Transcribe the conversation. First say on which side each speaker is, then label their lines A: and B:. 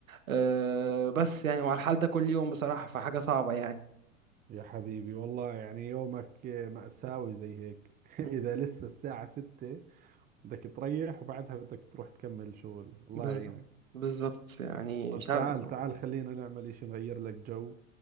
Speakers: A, on the right (about 80°); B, on the right (about 20°).
A: آه، بس يعني وعلى الحال ده كل يوم بصراحه فحاجه صعبه يعني
B: يا حبيبي والله يعني يومك مأساوي زي هيك <laughs> اذا
A: م،
B: لسه الساعة ستة بدك تريح وبعدها بدك تروح تكمل شغل الله
A: بالظبط
B: يعينك
A: بالظبط يعني
B: طب
A: مش عارف
B: تعال تعال خلينا نعمل اشي نغير لك جو